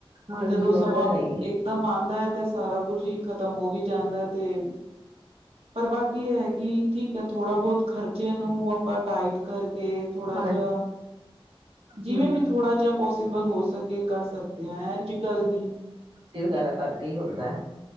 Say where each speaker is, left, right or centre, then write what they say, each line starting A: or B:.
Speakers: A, on the right; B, on the right.
A: ਹਾਂਜੀ
B: ਜਦੋਂ
A: ਉਹ
B: ਸਮਾਂ,
A: ਤਾਂ ਹੈ ਹੀ ਹੈ,
B: ਏਕਦਮ ਆਂਦਾ ਐ ਤੇ ਸਾਰਾ ਕੁਝ ਈ ਖਤਮ ਹੋ ਵੀ ਜਾਂਦਾ ਐ ਤੇ ਪਰ ਬਾਕੀ ਹੈ ਕੀ? ਠੀਕ ਐ ਥੋੜਾ ਬੋਤ ਖ਼ਰਚੇ ਨੂੰ, ਆਪਾਂ ਟਾਈਟ ਕਰਕੇ ਥੋੜਾ
A: ਹਾਂਜੀ
B: ਜੇਆ, ਜਿਵੇਂ
A: ਹੂੰ,
B: ਵੀ ਥੋੜਾ ਜੇਆ ਪੋਸੀਬਲ ਹੋ ਸਕੇ ਕਰ ਸਕਦੇ ਆਂ, ਐਂ ਜੀ ਗੱਲ ਨੀ।
A: ਤੇ ਵਗੈਰਾ ਕਰਕੇ ਈ ਹੁੰਦਾ,